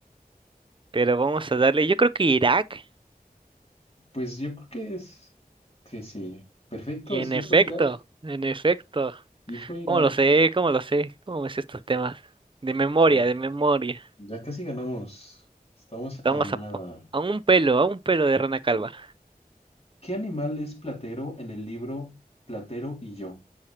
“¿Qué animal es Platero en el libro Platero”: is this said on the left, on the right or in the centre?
Left